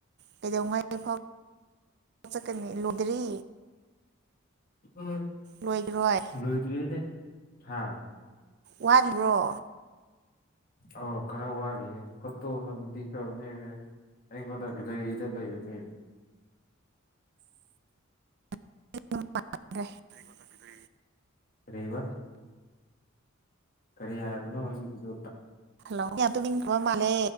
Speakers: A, on the right; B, on the left.
A: ꯀꯩꯗꯧꯉꯥꯏꯐꯥꯎ ꯆꯀꯅꯤ ꯂꯣꯗ꯭ꯔꯤ
B: ꯑꯝ
A: ꯂꯣꯏꯈꯔꯣꯏ
B: ꯂꯣꯏꯗ꯭ꯔꯤꯅꯦ ꯍꯥ
A: ꯋꯥꯠꯂꯤꯕ꯭ꯔꯣ
B: ꯑꯣ ꯈꯔ ꯋꯥꯂꯤꯌꯦ <unintelligible> ꯑꯩꯉꯣꯟꯗ ꯒꯔꯤꯗ ꯂꯩꯔꯝꯃꯦ
A: ꯥ <unintelligible> <inaudible>
B: ꯀꯔꯤꯕ ꯀꯔꯤ ꯍꯥꯏꯕꯅꯣ ꯍꯨꯖꯤꯛꯀꯤꯗꯨ
A: ꯍꯜꯂꯣ ꯌꯥꯝ ꯇꯨꯝꯅꯤꯡꯈ꯭ꯔꯥꯕ ꯃꯥꯜꯂꯦ